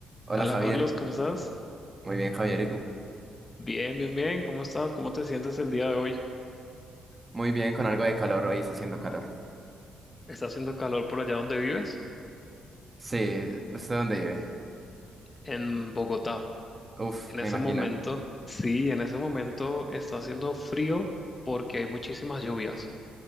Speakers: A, on the right; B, on the left.
A: Hola
B: Hola
A: Javier,
B: Carlos, ¿cómo estás?
A: muy bien Javier, ¿y tú?
B: Bien, bien, bien, ¿cómo estás? ¿Cómo te sientes el día de hoy?
A: Muy bien, con algo de calor, hoy está haciendo calor.
B: ¿Está haciendo calor por allá donde vives?
A: Sí, ¿usted dónde vive?
B: En Bogotá.
A: Uf,
B: En
A: me
B: ese
A: imagino.
B: momento, sí, en ese momento está haciendo frío porque hay muchísimas lluvias